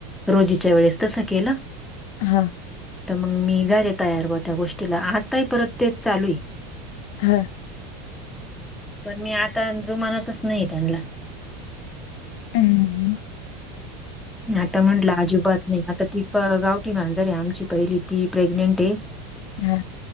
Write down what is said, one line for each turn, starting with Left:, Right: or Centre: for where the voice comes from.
Centre: रोजीच्या वेळेस तस केलं
Left: हा
Centre: तर मग मी झाले तयार हो त्या गोष्टीला आताय परत तेच चालू आहे
Left: हां
Centre: पण मी आता जुमानातच नाही त्यांना
Left: हम्
Centre: आता म्हंटलं अजिबात नाही आता ती प गावठी मांजर आहे आमची पहिली ती प्रेग्नेंट आहे
Left: हा